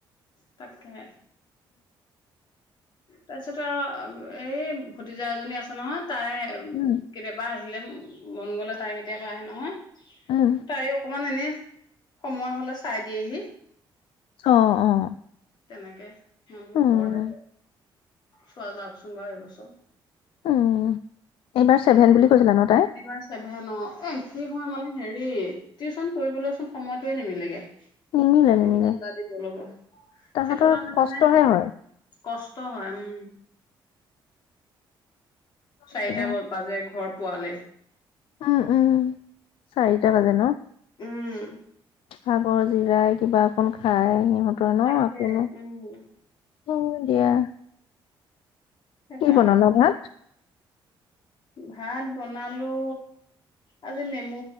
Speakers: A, on the left; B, on the left.
A: তাকেই। তাৰ পিছত আৰু এই ভতিজা এজনী আছে নহয়। তাই,
B: উম
A: কেতিয়াবা আহিলে উম, মন গলে তাই কেতিয়াবা আহে নহয়।
B: উম
A: তাই অকমান এনে সময় হ'লে চাই দিয়েহি।
B: অ', অ।
A: তেনেকে মই বোলো
B: উম
A: ঘৰতে চোৱা যাওকচোন বাৰু এইবছৰ।
B: উম এইবাৰ ছেভেন বুলি কৈছিলা ন তাই
A: এইবাৰ চেভেনত। এ, কি হয় মানে, হেৰি টিউচন কৰিবলৈচোন সময়টোৱে নিমিলেগে। টিউচন
B: নিমিলে নিমিলে
A: এটা দিবলেগৈ।
B: তাহাঁতৰ
A: সেইটো কাৰণে
B: কষ্টহে
A: মানে,
B: হয়
A: কষ্ট হয় উম। চাৰিটা
B: এতিয়া
A: ব-বাজে ঘৰ পোৱালে
B: উম, উম, চাৰিটা বাজে ন?
A: উম।
B: ভাগৰ জিৰাই কিবা অকন খাই সিহঁতৰ ন
A: তাকে
B: আপোন অ',
A: উম,
B: <inaudible> <unintelligible>
A: সেইকাৰণে
B: কি বনালা
A: বোলো।
B: ভাত
A: ভাত বনালো আজি, নেমু